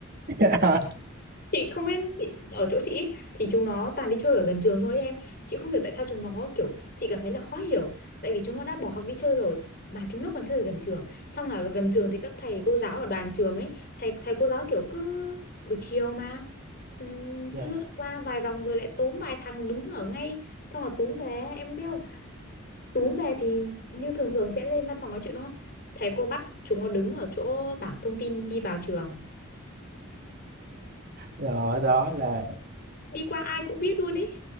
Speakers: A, on the right (about 50°); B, on the left (about 50°).
A: <laughs>
B: chị không biết chị, ở chỗ chị ý, thì chúng nó toàn đi chơi ở gần trường thôi em chị không hiểu tại sao chúng nó kiểu chị cảm thấy là khó hiểu tại vì chúng nó đã bỏ học đi chơi rồi mà chúng nó còn chơi ở gần trường xong là gần trường thì các thầy cô giáo ở đoàn trường ấy thầy thầy cô giáo kiểu cứ buổi chiều mà ừm,
A: Dạ.
B: cứ lượn qua vài vòng rồi lại túm vài thằng đứng ở ngay xong là túm về em biết không túm về thì như thường thường sẽ lên văn phòng nói chuyện đúng không thầy cô bắt chúng nó đứng ở chỗ bảng thông tin đi vào trường
A: rồi từ nói là
B: đi qua ai cũng biết luôn ý